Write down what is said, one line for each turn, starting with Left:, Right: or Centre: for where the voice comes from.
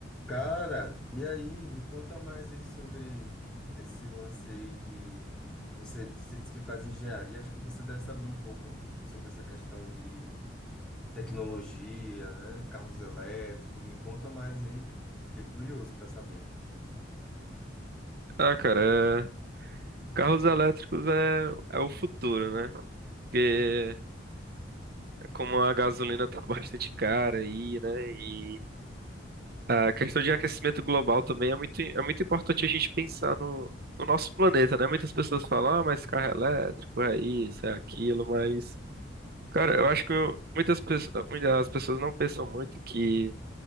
Centre: Cara, e aí, me conta mais aí sobre esse lance aí de você, você disse que faz engenharia, acho que você deve saber um pouco sobre essa questão de tecnologia, né? Carros elétricos. Me conta mais aí, fiquei curioso para saber.
Right: Ah, cara, é- carros elétricos é, é o futuro, né? Porque é como a gasolina tá <laughs> bastante cara aí, né? E a questão de aquecimento global também é muito, é muito importante a gente pensar no, no nosso planeta, né? Muitas pessoas falam, ah, mas carro elétrico é isso, é aquilo, mas, cara, eu acho que eu- muitas, pessoas muitas pessoas não pensam muito que